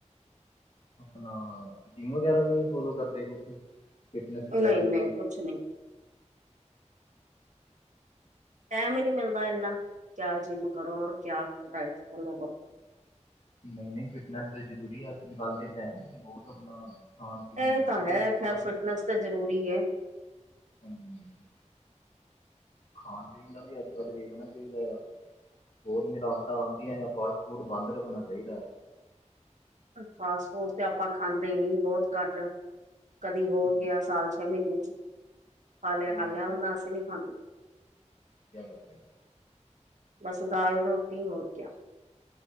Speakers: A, on the left; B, on the right.
A: ਆਪਣਾ ਜਿੰਮ ਵਗੈਰਾ ਵੀ ਨਹੀਂ ਫੋਲੋ ਕਰਦੇ ਕੁਛ ਫਿਟਨਸ ਵਗੈਰਾ
B: ਨਹੀਂ-ਨਹੀਂ
A: ਦੇ ਲਈ
B: ਕੁਛ ਨਹੀਂ, ਟਇਮ ਹੀ ਨਹੀਂ ਮਿਲਦਾ ਇਨਾ ਕਿਆ ਜਿੰਮ ਕਰੋ ਰ ਕਿਆ ਡਾੲਟ ਫਾਲੋ ਕਰੋ
A: ਨਹੀਂ ਨਹੀਂ ਫਿਟਨੈਸ ਤਾਂ ਜ਼ਰੂਰੀ ਅੱਜ ਕੱਲ ਦੇ ਟਾਈਮ ਬਹੁਤ ਆਪਣਾ ਖਾਣ ਪੀਣ
B: ਇਹ
A: ਦੀ ਬਹੁਤ
B: ਤਾਂ ਹੈ
A: ਮਿਲਾਵਟਾਂ
B: ਖੈਰ ਫਿਟਨੈਸ ਤਾਂ ਜ਼ਰੂਰੀ ਏ
A: ਹਮ- ਖਾਣ ਪੀਣ ਦਾ ਵੀ ਅੱਜ ਕੱਲ੍ਹ ਇਹ ਹੋਨਾ ਚਾਹੀਦਾ ਆ ਹੋ ਮਿਲਾਵਟਾਂ ਆਉਂਦੀਆਂ ਫਾਸਟ ਫੂਡ ਬੰਦ ਰੱਖਣਾ ਚਾਹੀਦਾ
B: ਫਾਸਟ ਫੂਡ ਤੇ ਆਪਾਂ ਖਾਂਦੇ ਨਹੀਂ ਬਹੁਤ ਘੱਟ ਕਦੀ ਹੋ
A: ਠੀਕ
B: ਗਿਆ ਸਾਲ
A: ਹੈ,
B: ਛੇ ਮਹੀਨੇ ਚ ਖਾ ਲਿਆ
A: ਬਹੁਤ
B: ਖਾ ਲਿਆ
A: ਵਧੀਆ
B: ਮ
A: ਗੱਲ
B: ਅਸੀ ਨੀ ਖਾਂਦੇ
A: ਵਧੀਆ ਗੱਲ ਹੈ।
B: ਬਸ ਦਾਲ ਰੋਟੀ ਹੋਰ ਕਿਆ